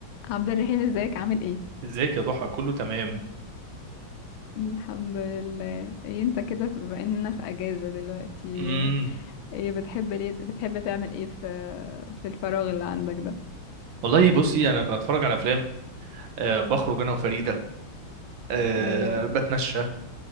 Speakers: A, on the left (about 80°); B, on the right (about 70°).
A: عبد الرحيم ازيك عامل ايه
B: ازيك يا ضحى كله تمام
A: الحمد لله ايه انت كده بما اننا في اجازة دلوقتي
B: امم
A: ايه بتحب ليه بتحب تعمل ايه في في الفراغ اللي عندك ده
B: والله بصي انا بتفرج على افلام أه بخرج انا وفريده أه
A: ايوه
B: بتمشى